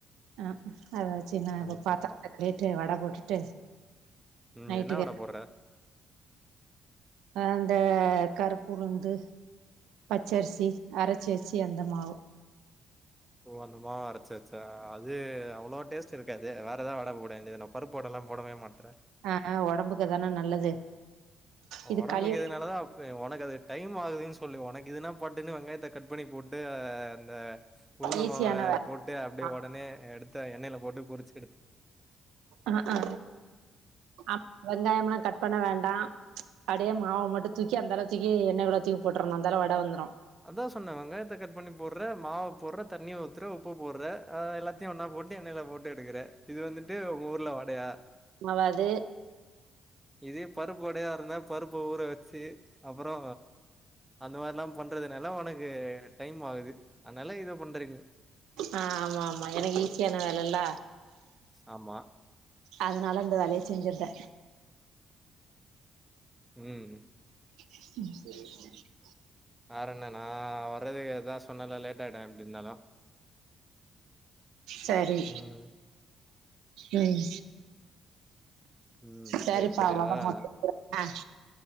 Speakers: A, on the right; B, in the centre.
A: ஆஆ அதாச்சு நா
B: ம்ஹ்ம்.
A: இத பாத்தா அ கேட்டு வட போட்டுட்டு
B: ம்
A: நைட்டுக்கு
B: என்ன வட போட்ற
A: அந்த கருப்பு உளுந்து பச்சரிசி அரைச்சி வச்சு அந்த மாவு
B: ஓ அந்த மாவு அரச்சச்சா அது அவ்ளோ டேஸ்ட் இருக் காது வேற ஏதா வட போட வேண்டியது தானே பருப்பு வட எல்லா போடவே மாட்ற
A: ஆ உடம்புக்கு அதான நல்லது இது
B: ஒடம்புக்கு
A: களி
B: இதுனாலதா ப்பு ஒனக்கு அது டைம் ஆகுதுன்னு சொல்லு ஒனக்கு இதுனா பட்டுன்னு வெங்காயத்த கட் பண்ணி போட்டு அ அந்த உளுந்து
A: ஈஸியான
B: மாவ போட்டு அப்படியே
A: வேலமா
B: உடனே எடுத்து எண்ணெயில போட்டு பொறிச்சி
A: ஆ ஆ ஆமா வெங்காயம்லா கட் பண்ண வேண்டா ம்ச் அப்டியே மாவ மட்டு தூக்கி அந்தாள தூக்கி எண்ணெ குள்ள தூக்கி போட்றனு அந்தாள வட வந்துரு
B: அதா சொன்ன வெங்காயத்த கட் பண்ணி போட்ற மாவ போட்ற தண்ணிய ஊத்துற உப்பு போட்ற அ எல்லத்தையு ஒன்னா போட்டு எண்ணைல போட்டு எடுக்குற இது வந்துட்டு உங்க ஊர்ல வடையா
A: மாவாது
B: இதே பருப்பு வடையா ருந்தா பருப்பு ஊற வச்சு அப்பறொ அந்த மாதிரி ல்லா பண்றதுனால ஒனக்கு டைம் ஆகுது அதனால இத பண்ற நீ
A: ஆ ஆமா ஆமா எனக்கு ஈஸியான வேலல்ல
B: ஆமா
A: அதனால இந்த வேலைய செஞ்ஞிர்த
B: உம்
A: ம்
B: வேர என்ன நா வர்றதுக்கு எத சொன்னல லேட் ஆய்டு எப்டி இருந்தாலு
A: சரி
B: ம்.
A: உம்
B: ம்.
A: சரிப்பா
B: சரி, சரி
A: வட
B: அதான்
A: போட்டு அ